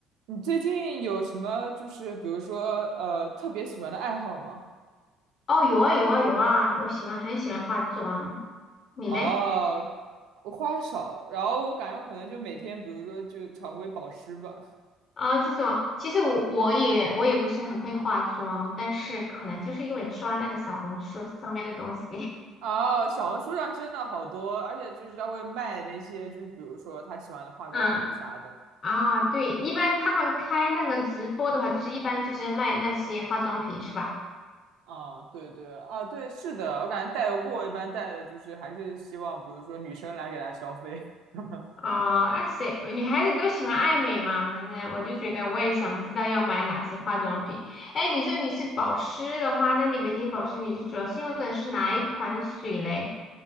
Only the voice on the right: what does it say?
你最近有什么就是比如说呃特别喜欢的爱好吗？
哦，我花少，然后我感觉可能就每天比如说就常规保湿吧。
哦，小红书上真的好多，而且就是他会卖那些就是比如说他喜欢的化妆品啥的。
啊，对对啊，对，是的，我感觉带货一般带的就是还是希望比如说女生来给他消费。<laughs>